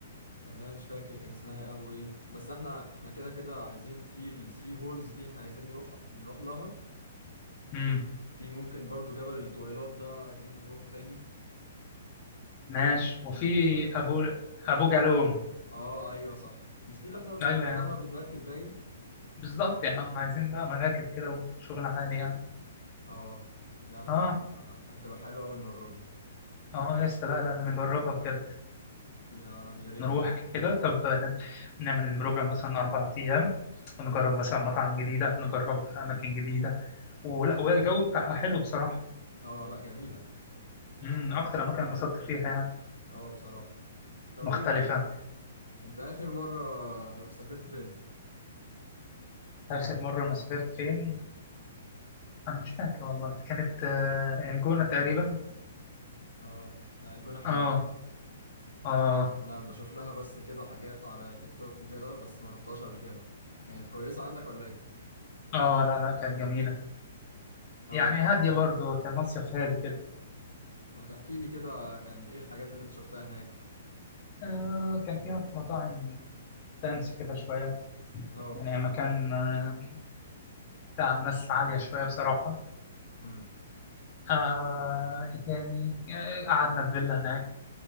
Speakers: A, on the left; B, on the left.
A: والله مش فاكر كان اسمها ابو ايه بس احنا احنا كده كده عايزين في الثري هولز دي احنا عايزين نروح نروح لها
B: امم
A: في ممكن برضو جبل التويلات ده عايزين نروحه تاني
B: ماشي وفي
A: كان في شوية حاجات
B: ابو
A: كده
B: ابو جالوم
A: اه ايوه صح مش دي اللي احنا بنروح
B: ايوه يا
A: لها
B: عم
A: بالمركب باين
B: بالظبط يا عم عايزين بقى مراكب كده وشغل عالي يعني
A: اه لا لا
B: اه
A: هتبقى هتبقى حلوة أوي المرة دي
B: اه يا اسطى لا لا لا، نجربها بجد
A: يا يا ريت
B: نروح
A: والله
B: كده طب آه، نعمل بروجرام مثلا أربع أيام ونجرب مثلا مطاعم جديدة نجرب أماكن جديدة ولا والجو بتاعها حلو بصراحة
A: اه لا جميلة يعني
B: امم أكتر أماكن انبسطت فيها يعني
A: اه بصراحة طب
B: مختلفة
A: ايه انت انت آخر مرة سافرت فين؟
B: آخر مرة أنا سافرت فين أنا مش فاكر والله كانت آه، الجونة تقريبا
A: اه لا الجونة حلوة
B: اه اه
A: انا بشوف لها بس كده حاجات على تيك توك وكده بس ما رحتهاش قبل كده كانت كويسة عندك ولا ايه؟
B: اه لا لا كانت جميلة
A: اه
B: يعني هادية برضو كان مصيف هادي كده
A: ما تحكي لي كده كان ايه الحاجات اللي انت شفتها هناك
B: آه كان فيها مطاعم فانسي كده شوية
A: اه
B: يعني مكان آه، لا ناس عالية شوية بصراحة
A: امم
B: آه يعني آه، قعدنا في فيلا هناك